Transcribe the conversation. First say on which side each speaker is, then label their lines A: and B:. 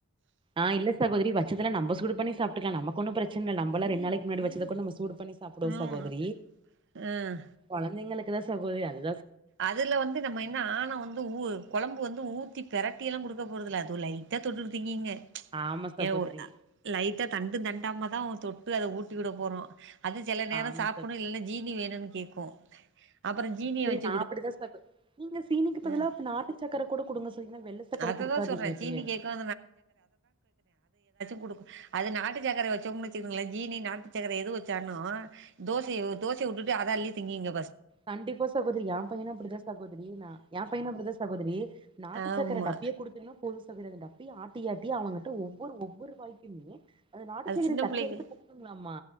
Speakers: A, on the right; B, on the right.
A: ஆஹ் இல்ல சகோதரி வச்சதெல்லாம் நம்ம சூடு பன்னி சாப்டுபிக்கல நம்ம க்கு ஒன்னும் பிரச்சனை இல்ல நம்மல்லா ரெண்டுளைக்கு முன்னடிச்ச சூடு பண்ணி சாப்பிடுவோ
B: ம்
A: சகோதரி
B: ஆ
A: குழந்தைங்களுக்குதான் சகோதரி அந்து
B: அதுல வந்து நம்ம என்ன ஆணை வந்து ஊ குழம்பு வந்து ஊத்தி பெரட்டியெல்லாம் கொடுக்க போறதல அதுவும் லைட்டாக தொட்டு த்தீங்கீங்க
A: ஆமா சகோதரி
B: ஏ லைட்டா தண்டு தண்டாம தான் தொட் ப்ப அதை ஊட்டி விட போறோம் அது சில நேரம்
A: ஆமா
B: சாப்பிடணும்
A: ச
B: இல்லைன்னா ஜீனி வேணும்ன்னு கேட்கும் அப்புறம் ஜீனிய வச்சு
A: நான் அப்படித்தான் ச நீங்க சீனிக்குப்பதெல்லாம்
B: ம்
A: இப்ப நாட்டு சக்கரை கூட கொடுங்க சொல்லீன்னா வெள்ளை சக்கரை
B: அததா
A: கொடுக்காதீங்கப்பய
B: சொல்றே சீனி கேக்கு கொடுக்கும் அது நாட்டு சரை வச்சம்னு வச்சோம்னு வச்சிங்களே ஜீனி நாட்டுசக்கரை து வச்சாளும் தோசை தோசை விட்டு அத அல்லி திங்கிங்க
A: கண்டிப்பா ச குதரியியா பையன அப்புடிதான் சகோதரி என் பையன் அப்படித்தான் சகோதரி நாட்டுச்சக்க
B: ஆமா
A: டப்பியே குடுத்துனும் பொது சவிர அப்பி ஆட்டிாட்டி அவங்க்டிட்ட ஒவ்வொரு ஒவ்வொரு வாய்க்குமே அது நாட்டுச்சேகரை
B: சின்ன
A: தட்ட
B: பிள்ளைகள்
A: எடுத்து போகணுலாமா